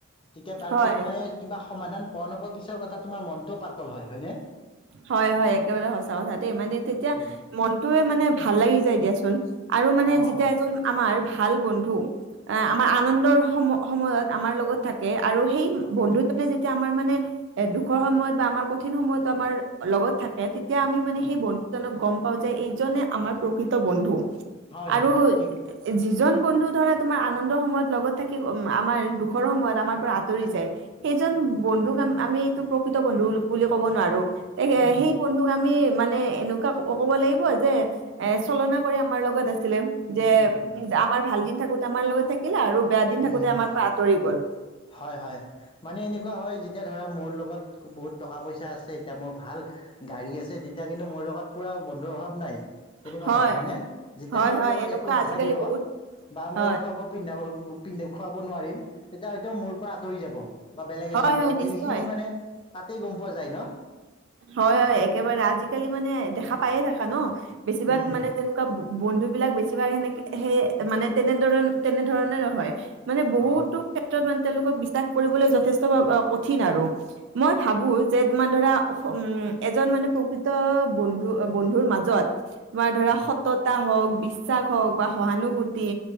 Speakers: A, on the left; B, on the right.
A: তেতিয়া তাৰ
B: হয়
A: ফলত মানে কিবা সমাধান পোৱা নোপোৱা পিছৰ কথা তোমাৰ মনটোও পাতল হয়। হয় নে
B: হয় হয় একেবাৰে সঁচা কথা দেই মানে তেতিয়া
A: উম
B: মনটোৱে মানে ভাল লাগি যায় দিয়াচোন। আৰু মানে
A: অ',
B: যেতিয়া
A: অ',
B: এজন আমাৰ ভাল বন্ধু, এ আমাৰ আনন্দৰ সম সময়ত আমাৰ লগত থাকে আৰু সেই
A: অ',
B: বন্ধুজনে তিয়া আমাৰ মানে এ দুখৰ সময়ত বা আমাৰ কঠিন সময়তো আমাৰ লগত থাকে তে এতিয়া আমি মানে
A: হয়
B: সেই বন্ধুজনক গম পাওঁ যে এইজনে আমাৰ প্ৰকৃত বন্ধু।
A: হয়
B: আৰু
A: হয় ঠিক
B: যি যোন বন্ধু ধৰা তোমাৰ আনন্দৰ সময়ত লগত থাকি, আমাৰ দুখৰ সময়ত আমাৰ পৰা আঁতৰি যায়েই সি জন বন্ধুক আমি এইটো প্ৰকৃত বন্ধু বুলি ক'ব নোৱাৰো তে
A: উম।
B: সেই বন্ধুক আমি মানে এনেকুৱা ক'ব লাগিব যে চলনা কৰি আমাৰ লগত আছে -ছিলে
A: উম,
B: যে
A: উম, উম,
B: আমাৰ ভাল দিন থাকোতে আমাৰ লগত থাকিলে আৰু বেয়া দিন থাকোতে
A: উম। উম।
B: আমাৰ পৰা আঁতৰি গ'ল।
A: হয়। হয়। মানে এনেকুৱা হয় যেতিয়া ধৰক মোৰ লগত বহুত টকা পইচা আছে এতিয়া মোৰ ভাল গাড়ী আছে তেতিয়া কিন্তু মোৰ লগত পুৰা বন্ধু প্ৰভাৱ নাই, তেনেকুৱা
B: হয়,
A: ধৰণৰ হয়নে। যেতিয়া
B: হয়,
A: মোৰ
B: হয়
A: লগত
B: এনেকুৱা
A: একো নাথাকিব
B: আজিকালি বহুত
A: বা মই
B: হয়,
A: খোৱাব পিন্ধাব পিন্ধে খুৱাব নোৱাৰিম তেতিয়া হয়তো মোৰ পৰা আঁতৰি যাব বা বেলেগ
B: হয়,
A: এজনীক
B: হয় নিশ্চয়।
A: এনে খিনি মানে তাতেই গম পোৱা যায় ন?
B: হয়। হয়। একেবাৰে আজিকালি মানে দেখা পায়ে থাকা ন বেছিভাগ
A: উম
B: মানে তেনেকুৱা বন্ধু বিলাক বেছিভাগ সেনেকে, সেই মানে তেনেধৰ তেনেধৰণৰ হয়। মানে বহুতো
A: অ
B: ক্ষেত্ৰত মানে তেওঁলোকক বিশ্বাস কৰিবলৈ যথেষ্ট কঠিন আৰু। মই ভাবো যে তোমাৰ ধৰা উম এজন মানে প্ৰকৃত বন্ধু বন্ধুৰ মাজত তোমাৰ ধৰা
A: উম
B: সততা হওক বিশ্বাস হওক বা সহানুভূতি